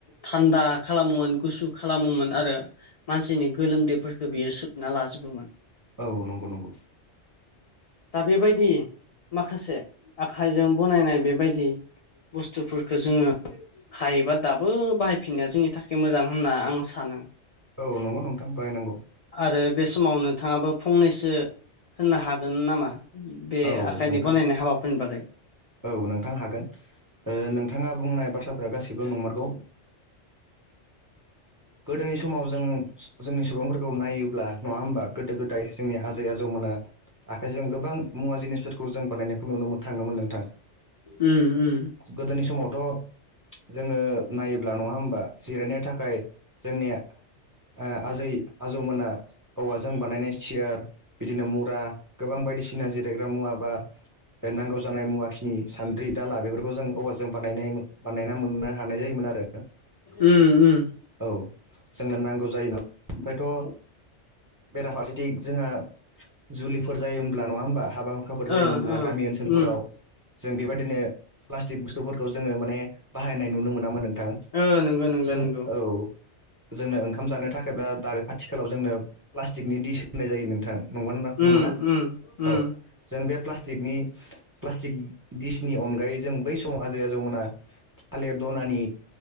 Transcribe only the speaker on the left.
थान्दा खालामोमोन गुसु खालामोमोन आरो मानसिनि गोलोमदैफोरखौ बियो सोबना लाजोबोमोन।
दा बेबायदि माखासे आखाइजों बनायनाय बेबायदि बुस्थुफोरखौ जोङो। हायोबा दाबो बाहायफिननाया जोंनि थाखाय मोजां होनना आं सानो।
आरो बे समाव नोंथाङाबो फंनैसो होननो हागोन नामा। बे
आखाइनि
बनायनाय हाबाफोरनि बागै।
उम उम।
उम उम।
ओ
उम
ओ नंगौ नंगौ
नंगौ
उम उम उम।